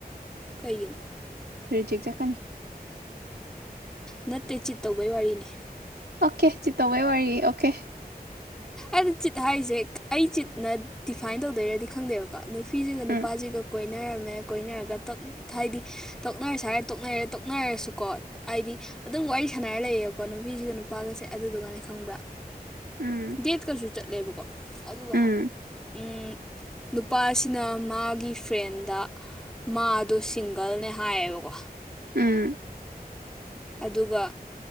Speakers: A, in the centre; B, on the right.
A: ꯀꯩꯒꯤꯅꯣ
B: ꯔꯤꯖꯤꯛ ꯆꯀꯅꯤ
A: ꯅꯠꯇꯦ ꯆꯤꯠ ꯇꯧꯕꯩ ꯋꯥꯔꯤꯅꯤ
B: ꯑꯣꯀꯦ ꯆꯤꯠꯇꯧꯕꯩ ꯋꯥꯔꯤ ꯑꯣꯀꯦ
A: ꯑꯗ ꯆꯤꯠ ꯍꯥꯏꯔꯤꯁꯦ ꯑꯩ ꯆꯤꯠꯅ ꯗꯤꯐꯥꯏꯟ ꯇꯧꯗꯣꯏꯔꯗꯤ ꯈꯪꯗꯦꯕꯀꯣ ꯅꯨꯄꯤꯁꯤꯒ ꯅꯨꯄꯥꯁꯤꯒ
B: ꯎꯝ
A: ꯀꯣꯏꯅ ꯀꯣꯏꯅꯔꯝꯃꯦ ꯀꯣꯏꯅꯔꯒ ꯍꯥꯏꯗꯤ ꯇꯛꯅꯔꯁꯨ ꯍꯥꯏꯔ ꯇꯣꯛꯅꯔꯦ ꯇꯣꯛꯅꯔꯁꯨꯀꯣ ꯍꯥꯏꯗꯤ ꯑꯗꯨꯝ ꯋꯥꯔꯤ ꯁꯥꯟꯅꯔ ꯂꯩꯌꯦꯕꯀꯣ ꯅꯨꯄꯤꯁꯤꯒ ꯅꯨꯄꯥꯒꯁꯦ ꯑꯗꯨꯗꯨꯒꯅꯦ ꯈꯪꯕ꯭ꯔꯥ
B: ꯎꯝ
A: ꯇꯦꯠꯀꯁꯨ ꯆꯠꯂꯦꯕꯀꯣ ꯑꯗꯨꯒꯅ
B: ꯎꯝ
A: ꯎꯝ ꯅꯨꯄꯥ ꯑꯁꯤꯅ ꯃꯥꯒꯤ ꯐ꯭ꯔꯦꯟꯗ ꯃꯥꯗꯣ ꯁꯤꯡꯒꯜꯅꯦ ꯍꯥꯏꯌꯦꯕꯀꯣ
B: ꯎꯝ
A: ꯑꯗꯨꯒ